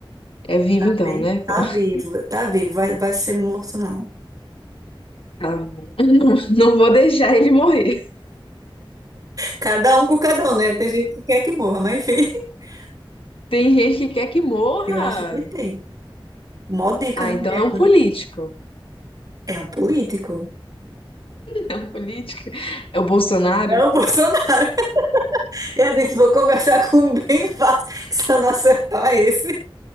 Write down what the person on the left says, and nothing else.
É vivo
então,
né?
Bom, <laughs>
tá bom. não, não vou deixar ele morrer.
Tem gente que quer que morra.
Ah,
então
é um político.
É um político. É o Bolsonaro?